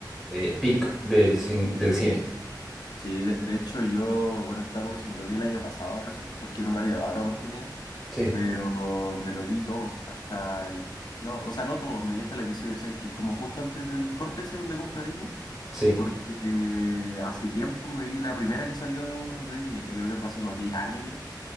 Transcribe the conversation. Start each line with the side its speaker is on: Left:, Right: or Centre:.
Centre: eh, peak del, cin- del cine.
Left: Sí, de, de hecho yo, bueno, Star Wars me lo vi el año pasado recién, porque no le había dado la oportunidad,
Centre: sí.
Left: pero me lo vi todo, hasta el... No, o sea, no todo, me vi hasta el episodio 6 que es como justo antes del corte ese donde compra Disney.
Centre: Sí.
Left: Porque eh, hace tiempo me vi la primera que salió de Disney, que creo que fue hace unos 10 años ya.